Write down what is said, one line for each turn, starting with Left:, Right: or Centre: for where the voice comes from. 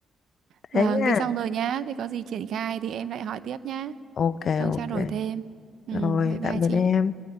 Left: Thế
Right: vâng
Left: nha.
Right: thế xong rồi nhá thì có gì triển khai thì em lại hỏi tiếp nhá
Left: Ok,
Right: xong
Left: ok.
Right: trao đổi thêm ừ
Left: Rồi,
Right: bye bye
Left: tạm biệt
Right: chị
Left: em.